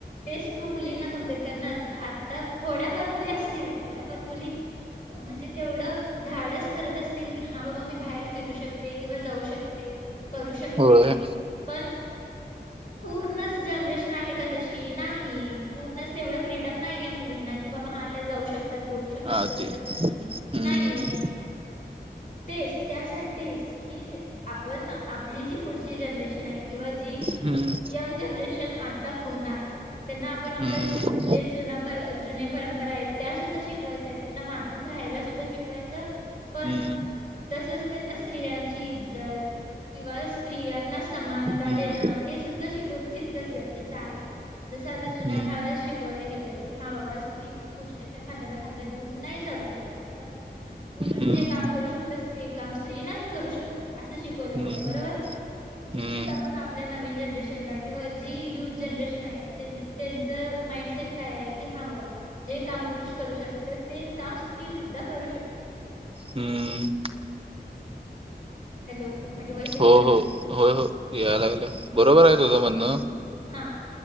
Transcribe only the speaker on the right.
होय
आदी
हम्म
हम्म
हम्म
हम्म
हम्म
हम्म
हम्म
हम्म
हम्म
हम्म
हो
हो होय हो यायला लागलं बरोबर आहे
तुझं म्हणणं